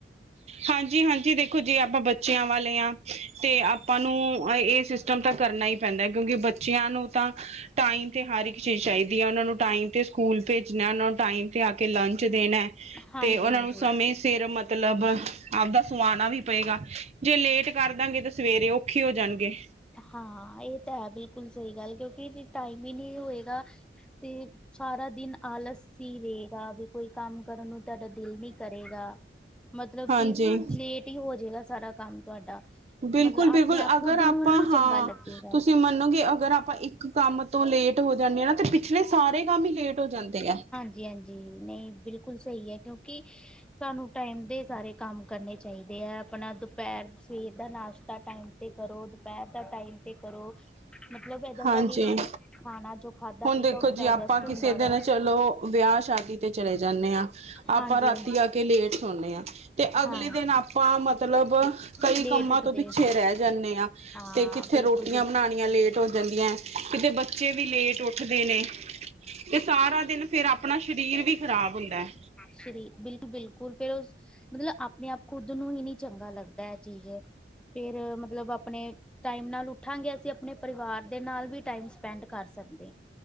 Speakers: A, on the right (about 35°); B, in the centre.
A: ਹਾਂਜੀ ਹਾਂਜੀ ਦੇਖੋ, ਜੇ ਆਪਾਂ ਬੱਚਿਆਂ ਵਾਲੇ ਹਾਂ ਤੇ ਆਪਾਂ ਨੂੰ ਇਹ ਸਿਸਟਮ ਤਾਂ ਕਰਨਾ ਹੀ ਪੈਂਦਾ ਕਿਉਂਕਿ ਬੱਚਿਆਂ ਨੂੰ ਤਾਂ ਟਾਈਮ ਤੇ ਹਰ ਇੱਕ ਚੀਜ਼ ਚਾਹੀਦੀ ਹੈ। ਉਹਨਾਂ ਨੂੰ ਟਾਈਮ ਤੇ ਸਕੂਲ ਭੇਜਣਾ। ਉਹ ਨੂੰ ਟਾਈਮ ਤੇ ਆ ਕੇ ਲੰਚ ਦੇਣਾ।
B: ਹਾਂਜੀ
A: ਤੇ ਉਹਨਾਂ
B: ਹਾਂਜੀ
A: ਨੂੰ ਸਮੇਂ ਸਿਰ ਮਤਲਬ ਆਪਦਾ ਸੁਆਣਾ ਵੀ ਪਏਗਾ ਜੇ ਲੇਟ ਕਰ ਦਾਂਗੇ ਤਾਂ ਸਵੇਰੇ ਔਖੇ ਹੋ ਜਾਣਗੇ।
B: ਹਾਂ, ਇਹ ਤਾਂ ਹੈ, ਬਿਲਕੁਲ ਸਹੀ ਗੱਲ ਕਿਉਂਕਿ ਟਾਈਮ ਹੀ ਨਹੀਂ ਹੋਏਗਾ ਤੇ ਸਾਰਾ ਦਿਨ ਆਲਸ ਹੀ ਰਹੇਗਾ। ਵੀ ਕੋਈ ਕੰਮ ਕਰਨ ਨੂੰ ਤੁਹਾਡਾ ਦਿਲ ਨੀ ਕਰੇਗਾ। ਮਤਲਬ
A: ਹਾਂਜੀ
B: ਕਿ ਲੇਟ ਹੀ ਹੋ ਜਾਏਗਾ। ਸਾਰਾ ਕੰਮ ਤੁਹਾਡਾ
A: ਬਿਲਕੁਲ-ਬਿਲਕੁਲ
B: ਮਤਲਬ ਆਪਣੇ ਆਪ
A: ਅਗਰ
B: ਖੁੱਦ ਨੂੰ
A: ਆਪਾਂ
B: ਨਹੀਂ ਚੰਗਾ
A: ਹਾਂ
B: ਲੱਗੇਗਾ।
A: ਤੁਸੀਂ ਮੰਨੋਗੇ ਅਗਰ ਆਪਾਂ ਇੱਕ ਕੰਮ ਤੋਂ ਲੇਟ ਹੋ ਜਾਂਦੇ ਹਾਂ ਨਾ ਤੇ ਪਿਛਲੇ ਸਾਰੇ ਕੰਮ ਹੀ ਲੇਟ ਹੋ ਜਾਂਦੇ ਆ।
B: ਜੀ ਹਾਂਜੀ, ਨਹੀਂ, ਬਿਲਕੁਲ ਸਹੀ ਹੈ, ਕਿਉਂਕਿ। ਸਾਨੂੰ ਟਾਈਮ ਦੇ ਸਾਰੇ ਕੰਮ ਕਰਨੇ ਚਾਹੀਦੇ ਹੈ। ਆਪਣਾ ਦੁਪਹਿਰ ਸਵੇਰ ਦਾ ਨਾਸ਼ਤਾ ਟਾਈਮ ਤੇ ਕਰੋ। ਦੁਪਹਿਰ ਦਾ ਟਾਈਮ ਤੇ ਕਰੋ। ਮਤਲਬ ਏਦਾਂ
A: ਹਾਂਜੀ।
B: ਸਾਡੀ ਖਾਣਾ ਜੋ ਖਾਧਾ
A: ਹੁਣ
B: ਪੀਤਾ
A: ਦੇਖੋ
B: ਉਹ ਵੀ
A: ਜੇ
B: ਡਾਇਜੈਸਟ
A: ਆਪਾਂ ਕਿਸੇ
B: ਹੁੰਦਾ
A: ਦਿਨ
B: ਵਾ
A: ਚਲੋ ਵਿਆਹ ਸ਼ਾਦੀ ਤੇ ਚਲੇ ਜਾਂਦੇ ਹਾਂ।
B: ਹਾਂਜੀ
A: ਆਪਾਂ ਰਾਤੀ ਆ ਕੇ ਲੇਟ ਸੌਦੇ ਹਾਂ। ਤੇ ਅਗਲੇ
B: ਹਾਂ
A: ਦਿਨ ਆਪਾਂ ਮਤਲਬ ਕਈ
B: ਲੇਟ
A: ਕੰਮਾਂ
B: ਉੱਠਦੇ
A: ਤੋਂ ਪਿੱਛੇ ਰਹਿ ਜਾਂਦੇ ਹਾਂ।
B: ਹਾਂ
A: ਤੇ ਕਿੱਥੇ
B: ਬਿਲਕੁਲ
A: ਰੋਟੀਆਂ ਬਣਾਉਣੀਆਂ ਲੇਟ ਹੋ ਜਾਂਦੀਆਂ ਕਿਤੇ ਬੱਚੇ ਵੀ ਲੇਟ ਉੱਠਦੇ ਨੇ ਤੇ ਸਾਰਾ ਦਿਨ ਫੇਰ ਆਪਣਾ ਸਰੀਰ ਵੀ ਖ਼ਰਾਬ ਹੁੰਦਾ ਹੈ।
B: ਸਹੀ ਬਿਲਕੁਲ- ਬਿਲਕਲ ਹੁਣ ਫਿਰ ਉਸ ਮਤਲਬ ਆਪਣੇ ਆਪ ਖੁੱਦ ਨੂੰ ਹੀ ਨਹੀਂ ਚੰਗਾ ਲੱਗਦਾ ਇਹ ਚੀਜ਼ ਫੇਰ ਮਤਲਬ ਆਪਣੇ ਟਾਈਮ ਨਾਲ ਉਠਾਂਗੇ ਅਸੀਂ ਆਪਣੇ ਪਰਿਵਾਰ ਦੇ ਨਾਲ ਵੀ ਟਾਈਮ ਸਪੈਂਡ ਕਰ ਸਕਦੇ ਆਂ।